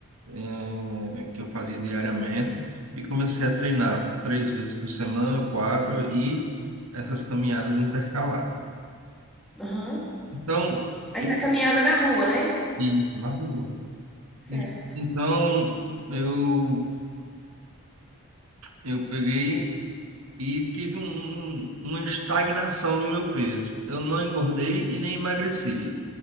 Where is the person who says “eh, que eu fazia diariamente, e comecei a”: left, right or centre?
Right